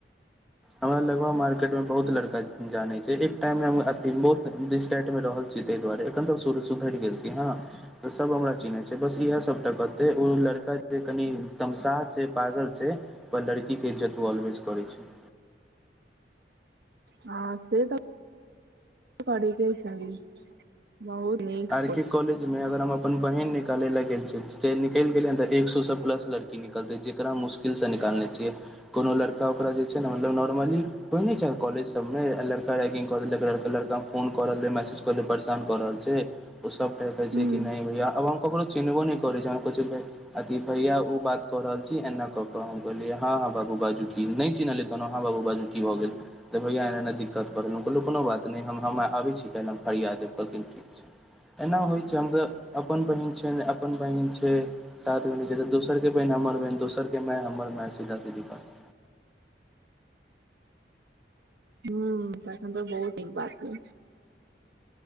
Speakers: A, in the centre; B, on the right (about 65°).
A: अहा <unintelligible> मे बहुत लड़का जानै छै, एक टाइम मे हम अ <unintelligible> बहुटाइट रहल छी ताहि दुआरे एखन सुधरि गेल छी हां त सब हमरा चिन्है छै, बस इह सबटा कहते ओ लड़का जे कनि तमशाह छै, पागल छै। पर लड़की के जतू ऑलवेज करै छै।
B: हँ से तऽ <unintelligible> कर बहुत नीक सोच
A: आर के कॉलेज मे अगर हम अपन बहिन निकाले लए गेल छी। जे निकलि गेलै तऽ एक सएसँ प्लस लड़की निकलतै जेकरा मुश्किलसँ निकालने छियै। कोनो लड़का ओकरा जे छै ने मतलब नॉर्मली होइ नहि छै कॉेजमे लड़का रैगिंग क लड़का फोन कऽ रहलै, मैसेज करऽ रहल, परेशान कऽ रहल छै। ओ सब कहत छै,
B: हूँ
A: कि नहि भैया अ हम ककरो चिन्हबो नै कर छै कह अथी भैया ओ बात क रहल छी, एना कऽ कऽ, हम कहलिय। हँ हँ बाजू -बाजू की नहि कहलहु हँ बाबू बाजू की भऽ गेल? तऽ भैया एना -एना दिक्कत भ गैल, कहलहुँ कोनो बात नहि हम आबैत छी काल्हि हम फरिया देब, कहलखिन ठीक छै। एना होइत छै, हम त अपन बहिन छै ने अपन बहिन छै। साथ ग न दोसर के बहन हमर बहन, दोसर के माय हमर माय सीधा सीधी बात।
B: हू तन <unintelligible> तऽ बहुतीक बात छै